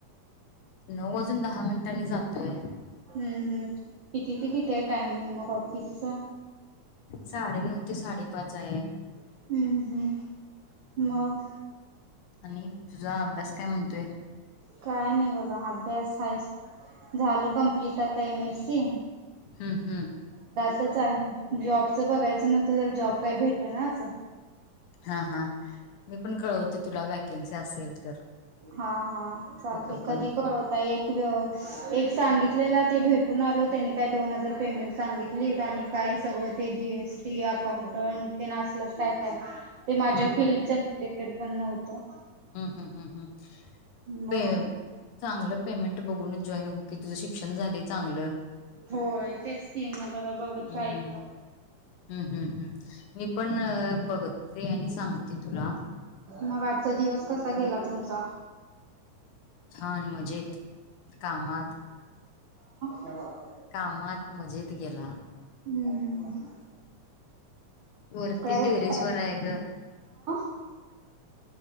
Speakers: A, on the left; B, on the right.
A: नऊ वाजून दहा मिनट. त्यांनी जातोय.
B: हम्म हम्म किती ते किती आहे टायमिंग? मग ऑफिसच.
A: साडे नऊ ते साडे.. पाच आहे.
B: हम्म हम्म मग.
A: आणि तुझा अभ्यास काय म्हणतोय?
B: काय नाही बघा, अभ्यास <unintelligible> झाल कंप्लीट आता एम एस सी.
A: हूं.. हूं.
B: इथच हाय, जॉबच बघायचं म्हणतय, तर जॉब काय भेटनाच.
A: हा.. हा.. मी पण कळवते. तुला वॅकॅन्सी असेल. तर
B: हा हा चालतय,
A: कुठं
B: कधी
A: पण
B: कळवता एक.. एक सांगितलेला ते भेटून आलो त्यांनी काय दोन हजार पेमेंट सांगित लीत आणि काय सगळं ते जी एस टी अकाउंटंट ते न असलच काय काय ते माझ्या
A: हम्म
B: फिल्डच रिलेटेड. उत्पन्न होतो.
A: ह ह ह ह
B: मग
A: पे चांगलं पेमेंट बघुनच.. जॉईन हो. कि तुझं शिक्षण झालं चांगलं.
B: होय तेच की मग आता बघत
A: हूं..
B: राहायचं
A: हूं.. हूं.. हूं मी पण बघत ते आणि सांगते तुला..
B: मग आजचा दिवस कसा गेला तुमचा..?
A: छान, मजेत, कामात.
B: <inaudible>
A: कामात मजेत गेला.
B: हूं.. हूं.. हूं..
A: वरती,
B: वेळेत
A: टेरिसवर
B: काय
A: आहे ग.
B: <unintelligible>